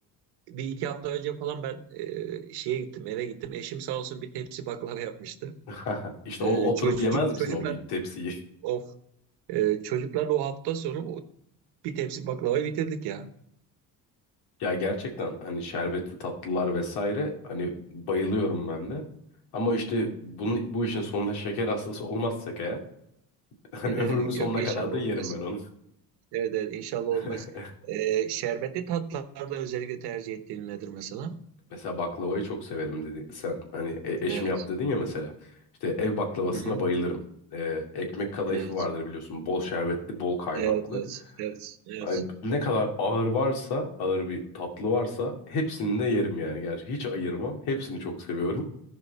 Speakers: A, on the right; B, on the left.
A: bir iki hafta önce falan ben e, şeye gittim eve gittim. Eşim sağ olsun bir tepsi baklava yapmıştı.
B: <laughs> İşte
A: E,
B: o oturup
A: çocuk
B: yemez misin
A: çocuklar
B: o bir tepsiyi? <laughs>
A: Of. Ee, çocuklarla o hafta sonu o bir tepsi baklavayı bitirdik ya.
B: Ya gerçekten hani şerbetli tatlılar vesaire hani bayılıyorum ben de. Ama işte bunu, bu işin sonunda şeker hastası olmazsak eğer <laughs> hani
A: <laughs>
B: ömrümün sonuna
A: Yok inşallah
B: kadar da
A: olmaz.
B: yerim ben onu.
A: Evet evet inşallah
B: <laughs>
A: olmaz. Ee, şerbetli tatlılarda özellikle tercih ettiğin nedir mesela?
B: Mesela baklavayı çok severim dedin. Sen hani e, eşim
A: Evet.
B: yap dedin ya mesela. İşte ev baklavasına
A: Hı hı.
B: bayılırım. Ee, ekmek kadayıfı
A: Evet.
B: vardır biliyorsun. Bol şerbetli, bol kaymaklı.
A: Evet evet evet evet.
B: Ay, ne kadar ağır varsa, ağır bir tatlı varsa hepsini de yerim yani. Gerçi hiç ayırmam. Hepsini çok seviyorum.